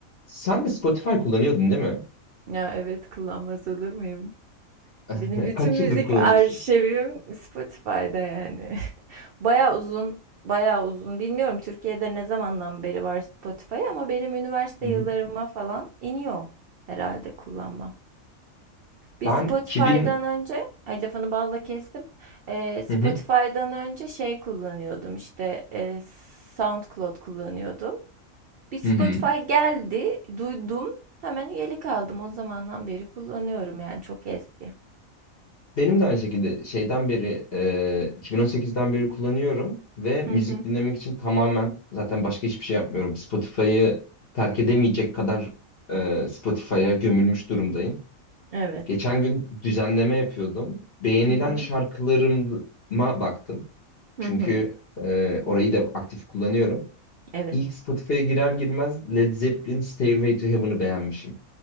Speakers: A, on the left (about 45°); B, on the right (about 60°).
A: Sen de Spotify kullanıyordun değil mi?
B: Ya evet kullanmaz olur muyum?
A: <laughs>
B: Benim bütün
A: Kaç
B: müzik
A: yıldır kullanıyorsun?
B: arşivim Spotify'da yani. <laughs> Baya uzun, baya uzun. Bilmiyorum Türkiye'de ne zamandan beri var Spotify ama benim üniversite
A: Hı
B: yıllarıma
A: hı.
B: falan iniyor herhalde kullanma. Bir
A: Ben
B: Spotify'dan
A: 2000
B: önce, ay lafını balla kestim. Ee, Spotify'dan
A: hı hı,
B: önce şey kullanıyordum işte e, SoundCloud kullanıyordum. Bir Spotify
A: hı hı.
B: geldi, duydum. Hemen üyelik aldım. O zamandan beri kullanıyorum yani çok eski.
A: Benim de aynı şekilde şeyden beri e, 2018'den beri kullanıyorum ve müzik
B: Hı hı.
A: dinlemek için tamamen zaten başka hiçbir şey yapmıyorum. Spotify'ı terk edemeyecek kadar e, Spotify'a gömülmüş durumdayım.
B: Evet.
A: Geçen gün düzenleme yapıyordum. Beğenilen
B: Hı hı.
A: şarkılarıma baktım. Çünkü
B: Hı hı.
A: e, orayı da aktif kullanıyorum.
B: Evet.
A: İlk Spotify'a girer girmez Led Zeppelin Stairway to Heaven'ı beğenmişim.